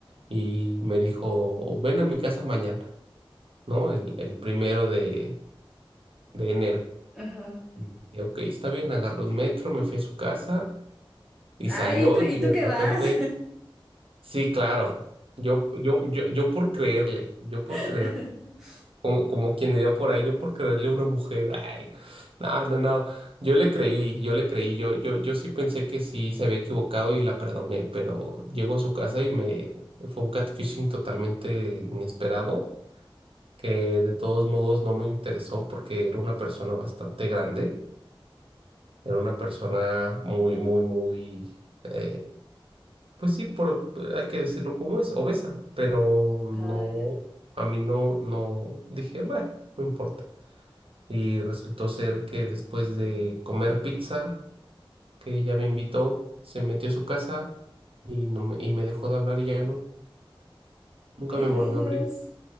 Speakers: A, on the right; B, in the centre.
A: y me dijo, ven a mi casa mañana, ¿no? El, el primero de, de enero.
B: Ajá.
A: Y dije, ok, está bien, agarré un metro, me fui a su casa y
B: Ah,
A: salió
B: ¿y tú, y
A: y de
B: tú qué
A: repente,
B: vas?
A: sí, claro, yo, yo, yo, yo por creerle, yo por
B: <laughs>
A: creerle. Como, como quien diría por ahí, yo por creerle a una mujer, ay, no, no, no, yo le creí, yo le creí, yo, yo, yo sí pensé que sí se había equivocado y la perdoné, pero llego a su casa y me fue un catfishing totalmente inesperado, que de todos modos no me interesó porque era una persona bastante grande, era una persona muy, muy, muy, eh, pues sí, por, hay que decirlo como es, obesa, pero no,
B: Ah, ya.
A: a mí no, no, dije, bueno, no importa y resultó ser que después de comer pizza, que ella me invitó, se metió a su casa y, no me, y me dejó de hablar y ya no, nunca
B: ¿Qué
A: me
B: rayos?
A: volvió a abrir.